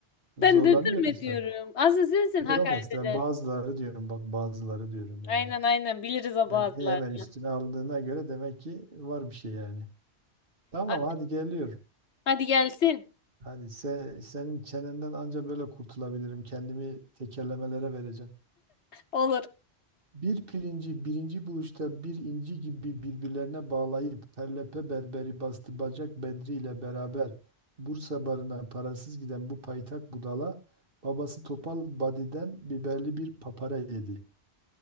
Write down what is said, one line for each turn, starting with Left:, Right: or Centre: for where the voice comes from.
Right: Zorlanıyoruz
Left: ben dırdır mı diyorum.
Right: tabii.
Left: Aslında sensin
Right: Yok
Left: hakaret
Right: Esra,
Left: eden.
Right: bazıları diyorum bak bazıları diyorum yani.
Left: Aynen aynen biliriz o
Right: Yani
Left: bazılarını.
Right: hemen üstüne aldığına göre demek ki var bir şey yani. Tamam
Left: Ha-
Right: hadi geliyorum.
Left: Hadi gelsin.
Right: Hadi se- senin çenenden anca böyle kurtulabilirim. Kendimi tekerlemelere vereceğim.
Left: Olur.
Right: Bir pirinci birinci buluşta bir inci gibi birbirlerine bağlayıp perlepe berberi bastı bacak Bedri ile beraber Bursa barına parasız giden bu paytak budala babası Topal Badi'den biberli bir papara yedi.